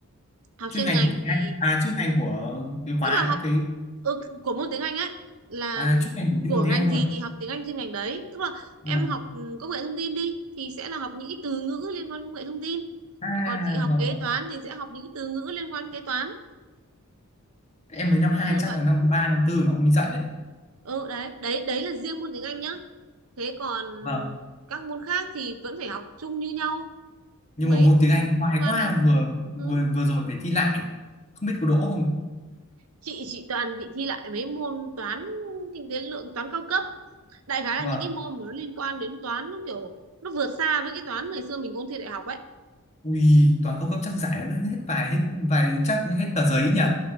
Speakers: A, on the right; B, on the left.
A: học
B: chuyên
A: chuyên
B: ngành
A: ngành
B: của tiếng
A: thì
B: Anh à chuyên ngành của cái khóa
A: tức là học
B: cái
A: ừ, của môn tiếng Anh ấy là
B: à chuyên ngành của cái
A: của
B: môn tiếng
A: ngành
B: Anh
A: gì
B: luôn
A: thì học tiếng Anh trên ngành đấy tức là em
B: vâng.
A: học ừ, công nghệ thông tin đi thì sẽ là học những cái từ ngữ liên quan công nghệ thông tin
B: à
A: còn chị học
B: vâng
A: kế
B: vâng
A: toán thì sẽ học những cái từ ngữ liên quan kế toán
B: em mới năm hai
A: ví dụ
B: chắc
A: vậy
B: là năm 3 năm tư nó cũng mới dạy đấy
A: ừ đấy đấy đấy là riêng môn tiếng Anh nhá thế còn
B: vâng
A: các môn khác thì vẫn phải học chung như nhau
B: nhưng
A: mấy
B: mà môn
A: môn
B: tiếng Anh
A: liên
B: khoai
A: quan
B: quá
A: đến
B: vừa vừa
A: ừ.
B: vừa rồi phải thi lại không biết có đỗ không
A: chị chị toàn bị thi lại mấy môn toán kinh tế lượng toán cao cấp đại khái là
B: vâng
A: những cái môn mà nó liên quan đến toán nó kiểu nó vượt xa với cái toán ngày xưa mình ôn thi đại học ấy
B: Ui, toán cao cấp chắc giải nó hết vài hết vài chắc hết tờ giấy nhỉ.